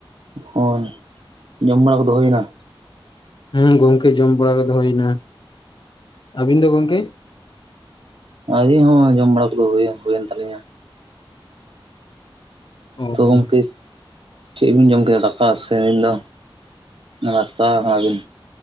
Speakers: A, on the right; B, on the left.
A: ᱦᱳᱭ ᱡᱚᱢ ᱵᱟᱲᱟ ᱠᱚ ᱫᱚ ᱦᱩᱭᱮᱱᱟ?
B: ᱦᱮᱸ ᱜᱚᱢᱠᱮ ᱡᱚᱢ ᱵᱟᱲᱟ ᱠᱚᱫᱚ ᱦᱩᱭᱱᱟ ᱟᱵᱤᱱ ᱫᱚ ᱜᱚᱢᱠᱮ
A: ᱟᱹᱞᱤᱧ ᱦᱚᱸ ᱡᱚᱢ ᱵᱟᱲᱟ ᱠᱚᱫᱚ ᱦᱩᱭ ᱦᱩᱭᱮᱱ ᱛᱟᱞᱤᱧᱟ
B: ᱚ
A: ᱛᱚ
B: ᱦᱩᱸ
A: ᱜᱚᱝᱠᱮ ᱪᱮᱫ ᱵᱤᱱ ᱡᱚᱢ ᱠᱮᱫᱟ ᱫᱟᱠᱟ ᱥᱮ ᱱᱤᱛ ᱫᱚ ᱱᱟᱥᱛᱟ ᱠᱟᱱᱟᱵᱤᱱ